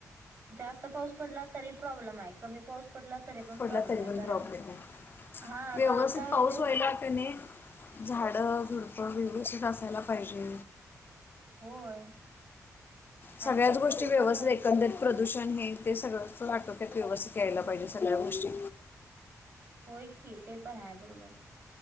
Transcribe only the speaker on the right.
जास्त पाऊस पडला तरी प्रॉब्लेम आहे. कमी पाऊस पडला तरी पण
प्रॉब्लेम
आहे
कारण
हा
कारण काय होते
होय. आणि
ते
ते ते
पण राहू
दे
होय की, ते पण आहे बरोबर.